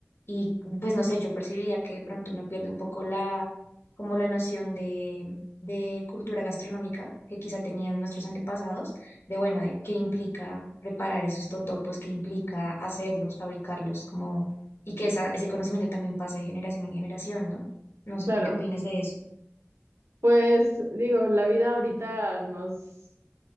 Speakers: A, on the left; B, on the right.
A: Y pues no sé, yo percibía que de pronto uno pierde un poco la como la noción de, de cultura gastronómica que quizá tenían nuestros antepasados, de bueno, de qué implica preparar esos totopos, qué implica hacerlos, fabricarlos, como, y que esa, ese conocimiento también pase de generación en generación, ¿no? No sé
B: claro,
A: tú qué opinas de eso.
B: pues digo, la vida ahorita nos